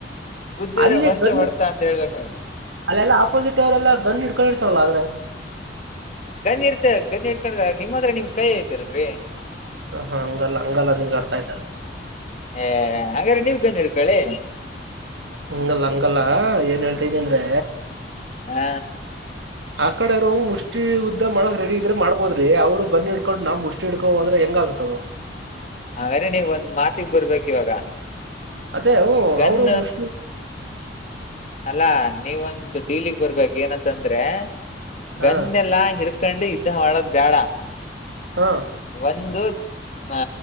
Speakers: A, on the left (about 40°); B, on the right (about 90°).
A: ಬುದ್ದಿದ್ರೆ
B: ಅಲ್ಲಿ
A: ಒಂದೇ
B: ಗನ್
A: ಹೊರ್ತಾ ಅಂತ ಹೇಳ್ ಗೊತ್ತ
B: ಅಲ್ಲೆಲ್ಲ ಆಪೋಸಿಟ್ ಅವರೆಲ್ಲ ಗನ್ ಇ ಕಳಿರ್ತಲ್ಲ ಆದ್ರೆ
A: ಗಂಜ ಇರ್ತ ಗಂ ಇಡ್ಕೊಂಡ ನಿಮ್ಮದ್ರ ನಿಮ್ ಕೈಿ ಐತಲ್ರರಿ
B: ಹ ಹಾ ಹಂಗಲ್ಲ ಹಂಗಲ್ಲ ನಿಮ್ ಅರ್ಥ ಆಯ್ತ
A: ಏ ಹಂಗ್ರ ನೀವ್ ಗನ್ ಹಿಡ್ಕಳಿ
B: ಹಂಗಲ್ಲ ಹಂಗಲ್ಲ ಏನ್ ಹೇಳ್ತೈತಂದ್ರೆ
A: ಹ
B: ಆ ಕಡೆ ರೋ ಮುಷ್ಟಿ ಯುದ್ದ ಮಾಡಕ್ ರೆಡಿ ಇದ್ರೆ ಮಾಡ್ಬೋದ್ರಿ ಅವ್ರು ಗನ್ನು ಇಡ್ಕೊಂಡ್ ನಾ ಮುಷ್ಟಿ ತಿಡ್ಕ ಒಡದ್ರೆ ಹೆಂಗ ಆಗ್ತದು
A: ಆದದ್ರೆ ನೀವ್ ಒಂದ್ ಮಾತಿಗ್ ಬರ್ಬೇಕ್ ಇವಾಗ
B: ಅದೇ ಅವರು
A: ಗನ್
B: ಅವರು ಮುಷ
A: ಅಲ್ಲಾ ನೀವೊಂದು ಡೀಲಿಗ್ ಬರ್ಬೇಕ ಏನಂತಂದ್ರೆ
B: ಹಾ
A: ಗನ್ನೆಲ್ಲಾ ಹಿಡ್ ಹಕಂಡು ಇದ್ದ ಒಳಗ್ ಬ್ಯಾಡ
B: ಹಾ
A: ಒಂದು ಹ